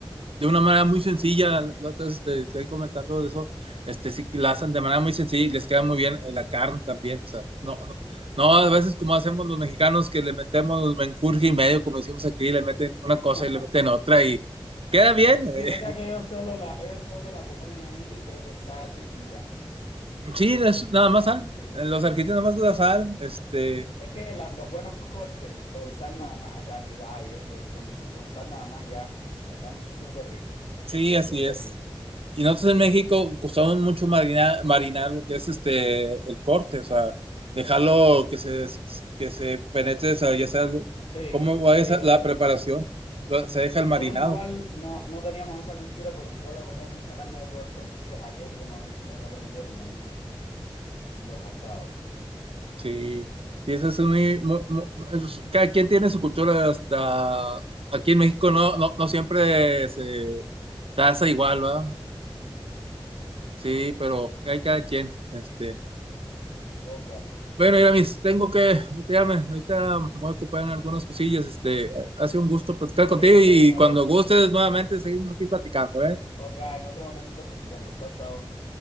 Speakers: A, on the right; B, on the left.
A: de una manera muy sencilla, la otra vez te estoy comentando de eso, este, sí, que la hacen de manera muy sencilla y les queda muy bien eh, la carne también, o sea, no, no, no, a veces como hacemos los mexicanos que le metemos menjurje y medio, como decimos aquí, le meten una cosa
B: <laughs>
A: y le meten otra y queda bien, <laughs>
B: Sí, es verdad que ellos solo la, ellos solo la ponen ahí y creo que sal y ya,
A: Sí, las- nada
B: los
A: más sal.
B: argentinos.
A: En Los argentinos nada más la sal. Este,
B: Es que la- los buenos cortes con sal nada más, o sea, ribeye y eso, con, con, con sal nada más ya están súper ricos,
A: sí,
B: súper
A: así es.
B: ricos.
A: Y nosotros en México costamos mucho marinar, marinar lo que es este el corte, o sea, dejarlo que se, que se penetre, o sea, ya sea
B: Sí,
A: cómo va
B: sí,
A: esa,
B: es verdad.
A: la preparación, lo- se deja el marinado.
B: Nosotros igual no, no teníamos esa cultura porque en Cuba comemos mucha carne de puerco, entonces aquí es como he he aprendido a comer los asados.
A: Sí, y eso es muy, mu- mu- eso es- cada quien tiene su cultura hasta aquí en México no, no, no siempre se, se hace igual, ¿va? Sí, pero hay cada quien, este.
B: Ok,
A: Bueno, Iramis, tengo que retirarme. Ahorita me voy a ocupar en algunas cosillas. Este, ha sido un gusto platicar
B: está
A: contigo
B: bien, está
A: y
B: bien, en
A: cuando
B: otro momento.
A: gustes nuevamente seguimos aquí platicando, ¿eh?
B: Ok, en otro momento platicamos. Chao, chao.